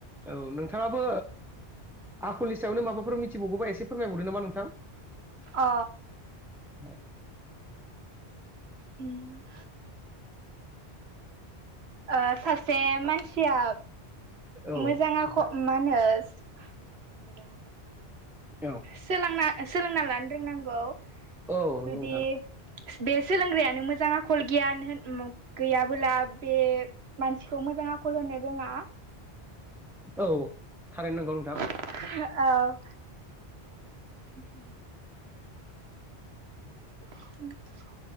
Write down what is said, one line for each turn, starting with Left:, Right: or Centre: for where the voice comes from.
Centre: औ नोंथांङाबो आखलनि सायावनो माबाफोर मिथिबावगौबा एसे फोरमायबावदों नामा नोंथां
Right: अ
Centre: <inaudible>
Right: उम ओ सासे मानसिया
Centre: औ
Right: मोजां आख
Centre: नोंथां
Right: मा होनो
Centre: औ
Right: सोलोंना सोलोंना लानो रोंनांगौ
Centre: औ नंगौ
Right: जुदि
Centre: नोंथां
Right: बे सोलोंग्रायानो मोजां आखल गियान होन गैयाबोला बे मानसिखौ मोजां आखल होनो रोंङा
Centre: औ थारैनो नंगौ नोंथां
Right: हो औ <inaudible> <inaudible>